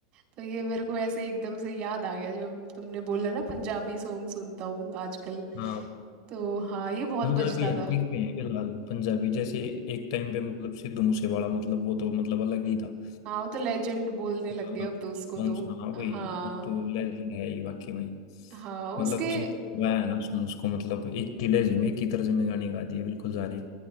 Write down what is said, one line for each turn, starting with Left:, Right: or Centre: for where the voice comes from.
Right: तो ये मेरे को ऐसे एकदम से याद आ गया जब तुमने बोला ना पंजाबी सॉन्ग सुनता हूँ आजकल
Left: हाँ
Right: तो हाँ ये बहुत
Left: पंजाबी
Right: बजता
Left: हर
Right: था
Left: पीक पे है फिलहाल पंजाबी जैसे एक टाइम पे मतलब सिद्धू मूसेवाला मतलब वो तो मतलब अलग ही था
Right: हाँ वो तो लेजेंड बोलने लग
Left: मतलब
Right: गया अब तो उसको
Left: songs,
Right: तो
Left: हाँ वही
Right: हाँ
Left: वो तो लेजेंड है ही वाकई में
Right: हाँ
Left: मतलब
Right: उसके
Left: उसने तो गाया है ना उसने उसको मतलब एक ही लहजे में एक ही तर्ज में गाने गा दिए बिल्कुल सारे